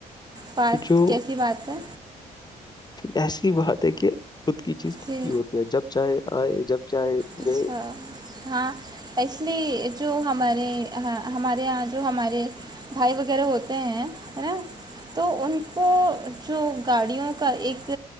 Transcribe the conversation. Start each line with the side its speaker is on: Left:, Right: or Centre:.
Right: بات
Left: کہ جو
Right: کیسی بات ہے
Left: ایسی بات ہے کہ خود کی چیز خود
Right: جی
Left: کی ہوتی ہے جب چاہے آئے جب چاہے
Right: اچھا
Left: گئے
Right: ہاں اس لی جو ہمارے ہمارے یہاں جو ہمارے بھائی وغیرہ ہوتے ہیں نا تو ان کو جو گاڑیوں کا ایک